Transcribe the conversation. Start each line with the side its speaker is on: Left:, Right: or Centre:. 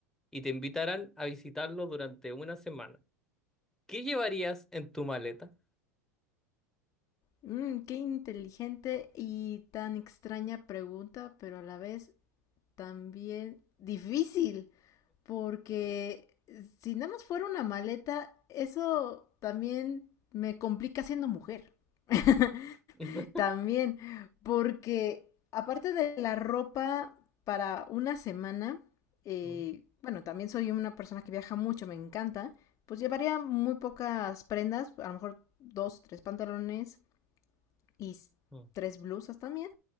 Centre: y te invitaran a visitarlo durante una semana, ¿qué llevarías en tu maleta?
Left: Mm, qué inteligente y tan extraña pregunta, pero a la vez también difícil, porque si nada más fuera una maleta, eso también me complica siendo mujer. <laughs>
Centre: <laughs>
Left: También, porque aparte de la ropa para una semana, eh,
Centre: Mm,
Left: bueno, también soy una persona que viaja mucho, me encanta, pues llevaría muy pocas prendas, a lo mejor dos, tres pantalones y s-
Centre: mm.
Left: tres blusas también,